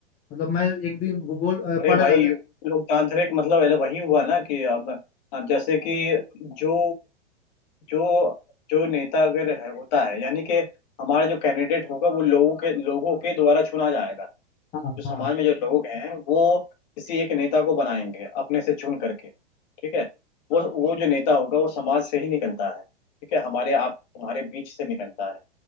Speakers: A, on the left; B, on the left.
A: मतलब मैं एक दिन भूगोल अ,
B: अरे
A: पढ़
B: भाई
A: रहा था
B: लोकतांत्रिक मतलब है वही हुआ ना कि अब अब जैसे कि जो जो जो नेता अगर है, होता है यानी कि हमारा जो कैंडिडेट होगा वो लोगों के लोगों के द्वारा चुना जाएगा
A: हाँ
B: जो समाज
A: हाँ
B: में जो लोग हैं वो किसी एक नेता को बनाएंगे अपने से चुन करके ठीक है वो वो जो नेता होगा वो समाज से ही निकलता है ठीक है हमारे आप हमारे बीच से निकलता है